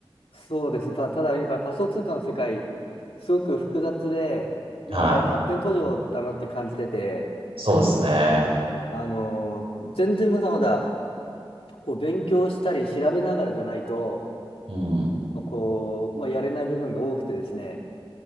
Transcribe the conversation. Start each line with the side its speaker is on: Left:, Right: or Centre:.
Left: そうです。まあ、ただやっぱ仮想通貨の世界、すごく複雑で、まだまだ発展途上だなって感じてて、
Right: はい。そうですね。
Left: あの全然まだまだこう勉強したり調べながらじゃないと、
Right: うん。
Left: こう、まあ、やれない部分が多くてですね、